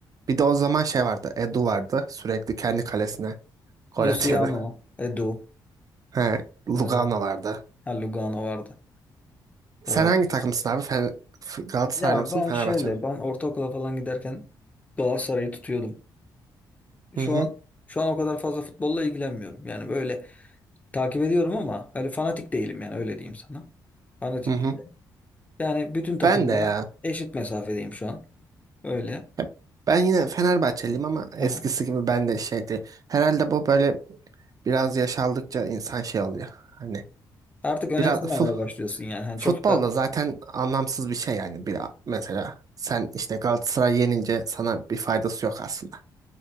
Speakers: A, on the right; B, on the left.
A: Bir de o zaman şey vardı. Edu vardı. Sürekli kendi kalesine gol
B: Luciano,
A: atıyordu.
B: Edu,
A: <laughs> He, Lugano
B: e,
A: vardı.
B: ha, Lugano vardı. Doğru.
A: Sen hangi takımsın abi? Fen F- Galatasaraylı
B: Ya
A: mısın?
B: ben
A: Fenerbahçe'nin.
B: şöyle, ben ortaokula falan giderken Galatasaray'ı tutuyordum. Şu
A: mi? Hı
B: an
A: hı.
B: şu an o kadar fazla futbolla ilgilenmiyorum. Yani böyle takip ediyorum ama öyle fanatik değilim yani öyle diyeyim sana. Fanatik
A: Hı hı.
B: değilim. Yani bütün takımlara
A: Ben de ya.
B: eşit mesafedeyim şu an. Öyle.
A: Hep- Ben yine Fenerbahçeliyim ama eskisi
B: Aha.
A: gibi ben de şeydi. Herhalde bu böyle biraz yaş aldıkça insan şey oluyor. Hani
B: Artık önemsememeye
A: biraz fu-
B: başlıyorsun yani. Hani
A: Futbolda
B: çok da
A: zaten anlamsız bir şey yani bir mesela sen işte Galatasaray yenince sana bir faydası yok aslında.